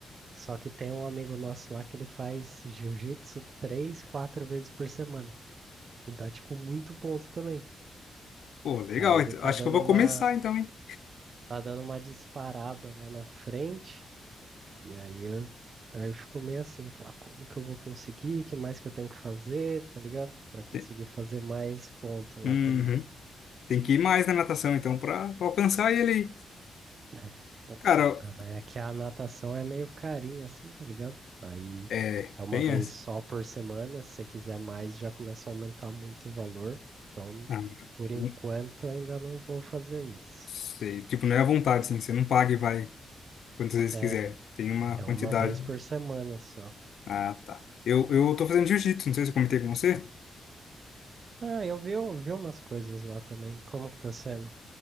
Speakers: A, on the right; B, on the left.
A: Só que tem um amigo nosso lá que ele faz jiu-jitsu três, quatro vezes por semana. E dá, tipo, muito ponto também.
B: Pô, legal.
A: Aí ele
B: Então,
A: tá
B: Acho
A: dando
B: que eu vou
A: uma,
B: começar, então, hein?
A: tá dando uma disparada lá na frente, e aí eu, aí eu fico meio assim, falar, como que eu vou conseguir? O que mais que eu tenho que fazer, tá ligado? Pra conseguir
B: Te-
A: fazer mais ponto lá
B: Uhum.
A: também.
B: Tem que ir mais na natação, então, pra, pra alcançar ele aí.
A: É. O-
B: Cara,
A: ah, Mas é que a natação é meio carinha, assim, tá ligado? Aí
B: é,
A: é uma
B: tem
A: vez
B: essa.
A: só por semana. Se você quiser mais, já começa a aumentar muito o valor. Então,
B: Ah,
A: por enquanto,
B: não
A: ainda não vou fazer isso.
B: sei. Tipo, não é à vontade, assim. Você não paga e vai quantas vezes
A: É,
B: quiser. Tem uma
A: é
B: quantidade.
A: uma vez por semana só.
B: Ah, tá. Eu, eu tô fazendo jiu-jitsu, não sei se eu comentei com você.
A: Ah, eu vi, eu vi umas coisas lá também. Como que tá sendo?